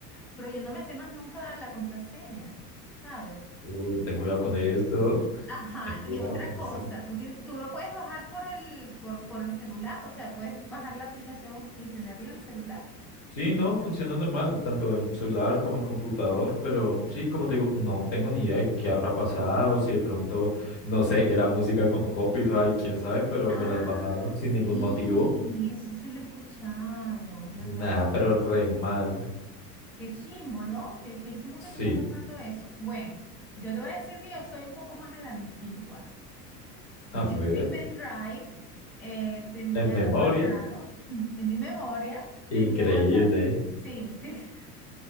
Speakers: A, in the centre; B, on the left (about 50°).
A: pero yo no me sé más nunca la contraseña, ¿sabes?
B: uh, ten cuidado con eso,
A: Ajá,
B: ten cuidado
A: y otra
B: con
A: cosa,
B: eso.
A: tú, tienes- tú lo puedes bajar por el, por, por el celular, o sea, puedes bajar la aplicación y tenerla en el celular.
B: Sí, no, funciona normal, tanto en celular como en computador, pero sí, como te digo, no tengo ni idea de qué habrá pasado, si de pronto, no sé, era música con copyright, quién sabe, pero
A: Ah,
B: me las bajaron sin
A: sí,
B: ningún motivo.
A: eso sí lo he escuchado, es verdad.
B: Nada, pero re mal.
A: Qué chimbo, ¿no? Qué, qué chimbo
B: Sí,
A: que te esté pasando eso. Bueno, yo te voy a decir que yo soy un poco más a la antigua. Yo
B: a ver,
A: en mi pendrive eh, tenía
B: en memoria,
A: guardado, <laughs> en mi memoria, tenía
B: increíble.
A: guardado, sí, <laughs>